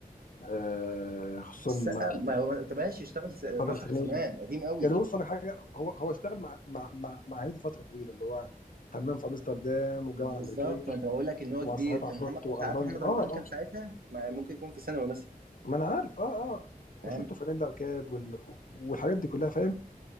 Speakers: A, on the left (about 65°); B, on the right (about 80°).
A: آه، خصوصا
B: السقا
A: مع
B: ما هو ما تبقاش يشتغل س- مسرح
A: فتره هنيدي
B: زمان قديم قوي
A: يعني بص انا حاجه هو هو اشتغل مع مع مع, مع هنيدي فتره طويله اللي هو حمام في امستردام والجامعه
B: ما هو
A: الامريكيه
B: بالظبط ما أنت بقول لك إن هو
A: ومسرحيات
B: كبير كان
A: عفروت
B: محمد
A: والباند
B: أنت عارف محمد
A: اه
B: رمضان كان
A: اه
B: ساعتها ما ممكن يكون في ثانوي مثلا
A: ما انا عارف اه اه وشورت
B: فاهم
A: فانيلا وكاب وال... والحاجات دي كلها فاهم